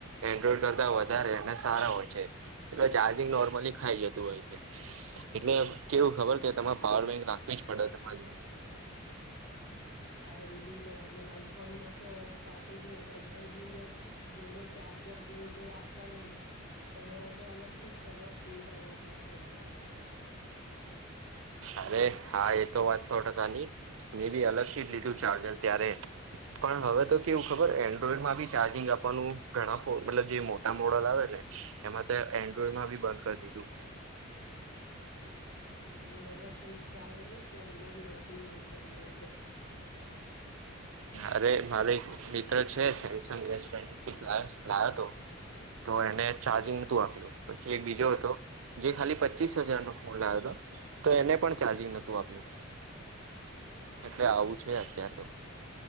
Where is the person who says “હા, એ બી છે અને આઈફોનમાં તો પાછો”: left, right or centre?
Left